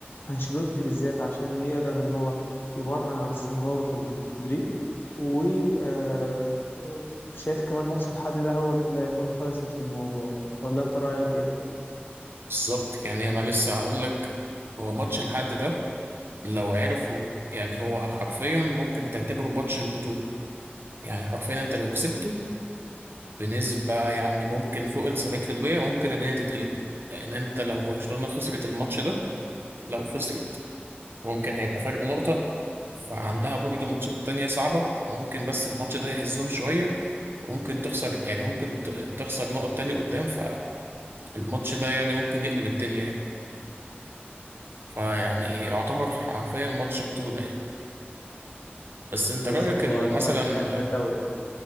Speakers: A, on the left; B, on the right.
A: أنشيلوتي بالذات عشان يقدر إن هو يبرهن على استمراره في ال- في التدريب و آه، شايف كمان ماتش الحد ده هو اللي هيكون فيصل في الموضوع ولا أنت رأيك إيه؟
B: بالظبط يعني انا لسه هقول لك هو ماتش الحد ده لو عرفه يعني هو حرفيا ممكن تعتبره ماتش البطولة يعني حرفيا انت لو كسبته بنسبة يعني ممكن فوق ال 70% ممكن الدنيا تتقلب لان انت لو برشلونة خسرت الماتش ده لو خسرت ممكن هيبقى فرق نقطة فعندها برضه ماتشات تانية صعبة فممكن بس الماتش ده يهزهم شوية وممكن تخسر يعني ممكن ت- تخسر نقط تاني قدام فالماتش ده يعني ممكن يقلب الدنيا يعني فيعني يعتبر حرفيا ماتش بطولة يعني بس انت
A: بالظبط
B: رأيك ال-
A: هو يعتبر
B: مثلا
A: نهاية الدوري